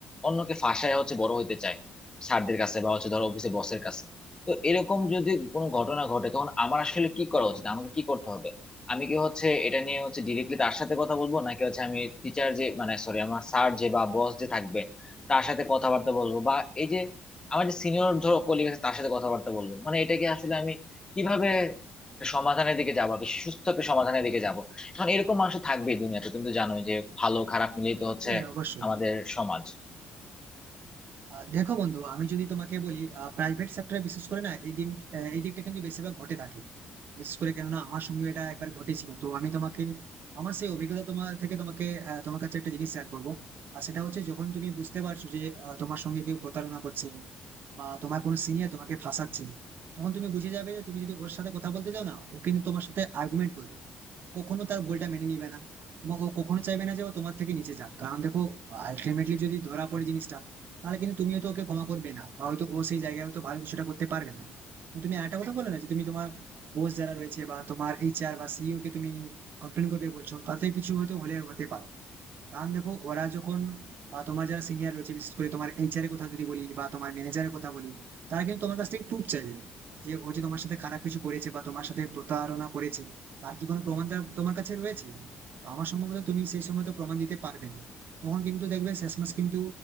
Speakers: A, on the left; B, on the right.
A: অন্যকে ফাঁসায় হচ্ছে বড় হইতে চায় স্যারদের কাছে বা হচ্ছে ধরো অফিসে বসের কাছে তো এরকম যদি কোনো ঘটনা ঘটে তখন আমার আসলে কি করা উচিত আমাকে কি করতে হবে আমি কি হচ্ছে এটা নিয়ে হচ্ছে ডিরেক্টলি তার সাথে কথা বলবো নাকি হচ্ছে আমি টিচার যে মানে সরি আমার স্যার যে বা বস যে থাকবে তার সাথে কথাবার্তা বলবো বা এই যে আমার যে সিনিয়র ধরো কলিগ আছে তার সাথে কথাবার্তা বলবো মানে এটাকে আসলে আমি কিভাবে একটা সমাধানের দিকে যাবো আর কি সুস্থ একটা সমাধানের দিকে যাবো এখন এরকম মানুষ তো থাকবেই দুনিয়াতে তুমি তো জানোই যে ভালো খারাপ মিলিয়ে তো হচ্ছে
B: হ্যাঁ অবশ্যই
A: আমাদের সমাজ
B: আহ, দেখো বন্ধু আমি যদি তোমাকে বলি প্রাইভেট সেক্টরে বিশেষ করে না এই দিন আহ, এই দিকটা কিন্তু বেশিরভাগ ঘটে থাকে বিশেষ করে কেননা আমার সঙ্গে এটা একবার ঘটেছিল তো আমি তোমাকে আমার সেই অভিজ্ঞতা তোমার থেকে তোমাকে আহ, তোমার কাছে একটা জিনিস শেয়ার করবো আর সেটা হচ্ছে যখন তুমি বুঝতে পারছো যে আহ, তোমার সঙ্গে কেউ প্রতারণা করছে বা তোমার কোনো সিনিয়র তোমাকে ফাঁসাচ্ছে তখন তুমি বুঝে যাবে যে তুমি যদি ওর সাথে কথা বলতে যাও না ও কিন্তু তোমার সাথে আর্গুমেন্ট করবে কখনো তার ভুলটা মেনে নিবে না এবং ও কখনো চাইবে না যে ও তোমার থেকে নিচে যাক কারণ দেখো আলটিমেটলি যদি ধরা পড়ে জিনিসটা তাহলে কিন্তু তুমিও তো ওকে ক্ষমা করবে না বা হয়তো ও সেই জায়গায় হয়তো ভালো কিছুটা করতে পারবে না তুমি আরেকটা কথা বলে না যে তুমি তোমার বস যারা রয়েছে বা তোমার এইচআর বা সিইও কে তুমি কমপ্লেন করবে বলছো তাতে কিছু হয়তো হলে হতে পারে কারণ দেখো ওরা যখন আহ, তোমার যারা সিনিয়র রয়েছে বিশেষ করে তোমার এইচআর এর কথা যদি বলি বা তোমার ম্যানেজারের কথা বলি তারা কিন্তু তোমার কাছ থেকে প্রুফ চাইবে যে ও যে তোমার সাথে খারাপ কিছু করেছে বা তোমার সাথে প্রতারণা করেছে তার কি কোনো প্রমাণ তার- তোমার কাছে রয়েছে তো আমার সম্ভবত তুমি সেই সময় তো প্রমাণ দিতে পারবে না তখন কিন্তু দেখবে শেষমেশ কিন্তু